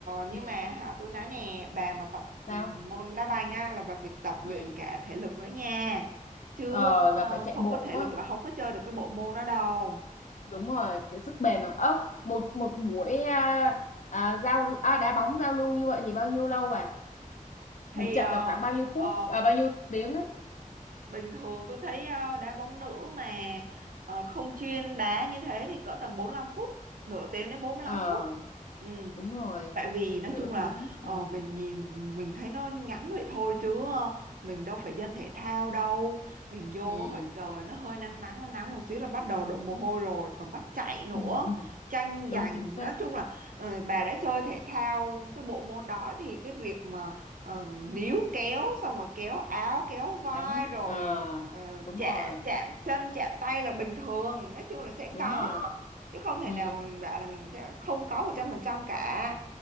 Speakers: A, on the right; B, on the left.
A: nhưng
B: ừ,
A: mà hả tôi nói nè bà mà tập
B: sao
A: ừ, môn đá banh á là bà phải tập luyện
B: ừ.
A: cả thể lực nữa nha chứ
B: ờ là
A: ờ,
B: phải chạy
A: không
B: bộ
A: có thể
B: quá
A: lực là không có chơi được cái bộ môn đó đâu
B: đúng rồi sức bền nữa ớ một một buổi à, à, giao à, đá bóng giao lưu như vậy thì bao nhiêu lâu à
A: thì
B: một trận
A: ờ,
B: là khoảng bao nhiêu
A: ờ,
B: phút à, bao nhiêu tiếng á
A: bình thường tôi thấy ờ, đá bóng nữ mà ờ, không chuyên đá như thế thì cỡ tầm 45 phút nửa tiếng đến 45
B: ờ
A: phút ừ
B: đúng rồi
A: tại vì nói
B: nửa
A: chung là
B: tiếng
A: ờ,
B: ừ
A: mình nhìn mình thấy nó ngắn vậy thôi chứ ờ, mình đâu phải dân thể thao đâu mình vô
B: ừ
A: hồi trời nó hơi nắng nắng nắng nắng một xíu là bắt đầu đổ mồ hôi rồi còn bắt chạy nữa
B: <laughs>
A: tranh
B: đúng
A: giành
B: chính xác
A: nói chung là ờ, bà đã chơi thể thao cái bộ môn đó thì cái việc mà ờ, níu kéo xong rồi kéo áo kéo vai
B: đánh
A: rồi
B: ờ
A: ờ,
B: đúng
A: chạm
B: rồi
A: chạm chân chạm tay là bình thường nói chung là sẽ
B: đúng
A: có
B: rồi
A: chứ không thể
B: ừ
A: nào mà mình bảo là mình sẽ không có một trăm phần trăm cả